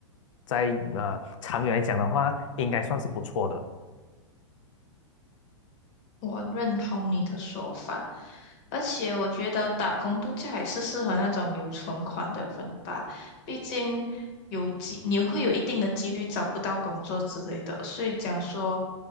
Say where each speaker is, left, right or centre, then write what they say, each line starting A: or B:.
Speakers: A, on the left; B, on the left.
A: 在呃长远来讲的话，应该算是不错的。
B: 我认同你的说法，而且我觉得打工度假也是适合那种有存款的人吧，毕竟有几你会有一定的几率找不到工作之类的，所以讲说